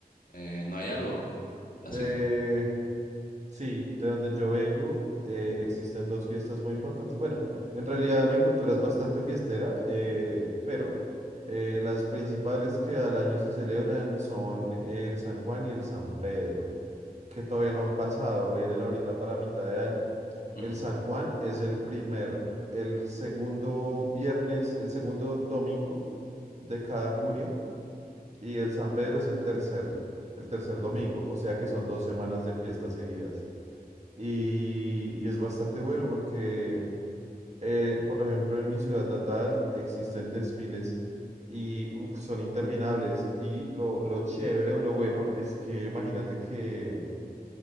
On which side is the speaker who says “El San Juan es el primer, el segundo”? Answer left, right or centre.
Right